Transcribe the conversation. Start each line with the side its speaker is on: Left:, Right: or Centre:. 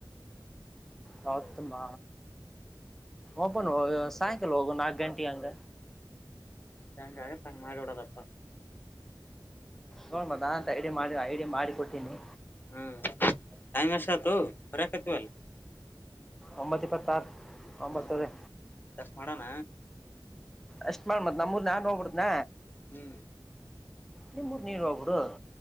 Centre: ಹೌತ್ತಮ್ಮ ಓಪನ್ ಹೇಗು ಸಾಯಂಕಾಲ ಹೋಗೊ ನಾಲ್ಕ ಗಂಟಿ ಹಂಗ.
Left: ಹೆಂಗ್ ಆಗುತ್ತೆ ಹಂಗ್ ಮಾಡ್ಬಿಡ ದಪ್ಪ.
Centre: ನೋಡು ಮತ್ತೆ ಅ ಅಂತ ಐಡಿಯ ಮಾಡಿ ಐಡಿಯಾ ಮಾಡಿ ಕೊಟ್ಟೀನಿ.
Left: ಹ್ಮ್ ಟೈೆಮ್ ಎಷ್ಟತ್ ಬರಕತಿವಲ್ಲ.
Centre: ಒಂಬತ್ ಇಪತ್ ಸಾಕ್ ಒಂಬತ್ತದೆ.
Left: ಹ್ಮ್ ಅಷ್ಟ್ ಮಾಡಣ
Centre: ಅಷ್ಟ್ ಮಾಡ್ ಮತ್ ನಮೂರ್ ನಾನ್ ಹೋಗ್ಬಿಡ್ತಿನ.
Left: ಹ್ಮ್
Centre: ನಿಮ್ಮರು ನೀರ್ ಹೋಗಬಿಡು